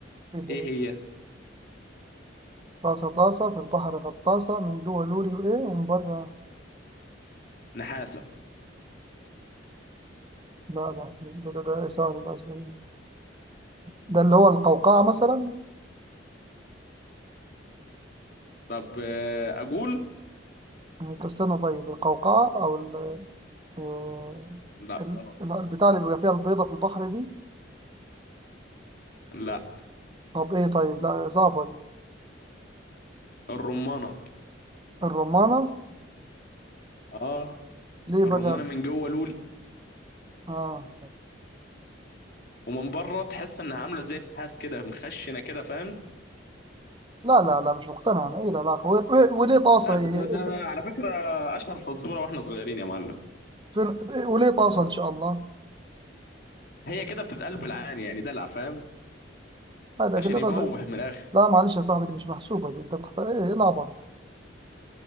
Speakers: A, on the right (about 25°); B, on the left (about 50°).
A: ايه ده
B: إيه
A: ايه
B: هي؟
A: ده طاسة طاسة في البحر غطاسة من جوه لوري وايه ومن بره
B: نحاسة
A: لا لا ده ده ده إيه؟ سؤال ده سؤال. ده اللي هو القوقعة مثلا
B: طب آه، أقول؟
A: طب استنى طيب القوقعة او ال- آه،
B: لا
A: ال-
B: غلط
A: ال- البتاع اللي بيبقى فيها البيضة في البحر دي
B: لا
A: طب ايه طيب لا صعبة دي
B: الرمانة
A: الرمانة
B: آه
A: ليه بقى
B: الرمانة من جوه لولي
A: اه
B: ومن بره تحس انها عامله زي النحاس كده مخشنه كده فاهم
A: لا لا لا مش مقتنع انا ايه ده لا و- وليه طاسة
B: لا ده
A: هي هي-
B: ده على فكره اشهر فزوره واحنا صغيرين يا معلم
A: فين- وليه طاسة ان شاء الله
B: هي كده بتتقال بالعان يعني دلع فاهم
A: هذا
B: عشان
A: كده
B: يموه
A: ده ده.
B: من الاخر
A: لا معلش يا صاحبي دي مش محسوبة دي انت بتختار ايه ايه العبط